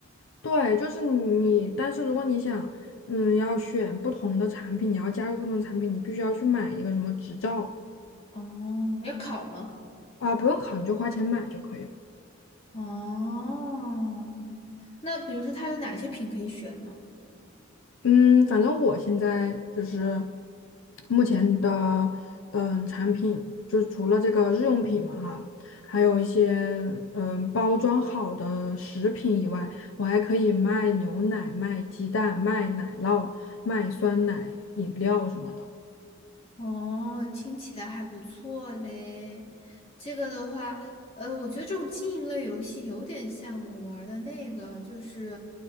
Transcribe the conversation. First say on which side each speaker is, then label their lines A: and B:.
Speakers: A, on the left; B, on the left.
A: 对，就是你，但是如果你想，嗯，要选不同的产品，你要加入不同的产品，你必须要去买一个什么执照
B: 哦，要考吗？
A: 啊，不用考，你就花钱买就可以了。
B: 哦，那比如说它有哪些品可以选呢？
A: 嗯，反正我现在就是目前的嗯产品，就是除了这个日用品嘛哈，还有一些嗯包装好的食品以外，我还可以卖牛奶、卖鸡蛋、卖奶酪、卖酸奶饮料什么的。
B: 哦，听起来还不错嘞。这个的话，呃，我觉得这种经营类游戏有点像我玩儿的那个，就是，